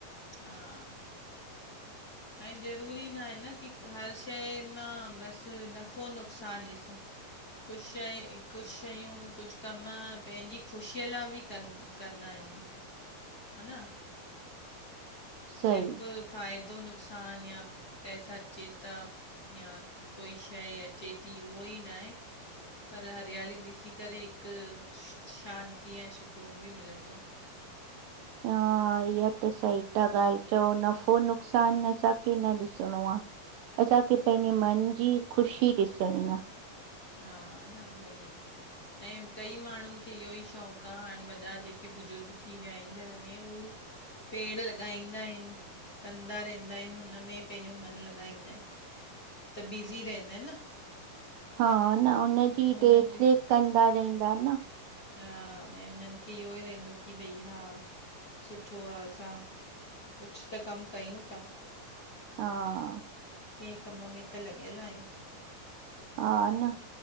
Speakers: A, on the left; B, on the right.
A: हा। ऐं जरूरी ना हे न की हर शइ मां बसि नफो नुकसानु ॾिसूं कुछु शइ, कुछु शयूं, कुछु कम पंहिंजी खुशीअ लाए बि कनि कंदा आहियूं हा न
B: सही
A: सिर्फु फाइदो, नुकसान या पैसा चेता या कोई शंइ अचे ती उहो ई ना हे पर हरियाली ॾिसी करे हिकु शांती ऐं सुकून बि मिलंदो आ।
B: ह इह्या त सही ता ॻाल्हि चओ नफो नुकसान असांखे न ॾिसणो आ असांखे पंहिंजे मन जी खुशी ॾिसणीं आ
A: हा न उवहई ऐं कई माण्हुनि खे इह्यो ई शौकु आ हाणे वॾा जेके बुजुर्ग थी विया हिनि घर में हु पेड़ लॻाईंदा इनि कंदा रहिंन्दा इनि हुनमें पंहिंजो मनु लॻाईंदा इनि त बिज़ी रहंदा इनि न
B: हा न उन्ह जी
A: उन्हनि
B: देख
A: जो
B: रेख कंदा रहिंदा न
A: हा ऐं उन्हनि खे इह्यो ई रहिंदो की भई हा सुठो आ असां कुछु त कमु कयूं था?
B: हा।
A: कंहिं कम में त लॻियल आहियू।
B: हा न।